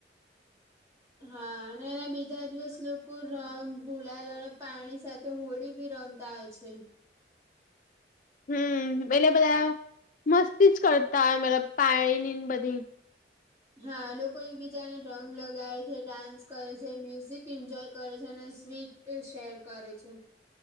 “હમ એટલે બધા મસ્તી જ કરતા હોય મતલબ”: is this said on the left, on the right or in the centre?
Left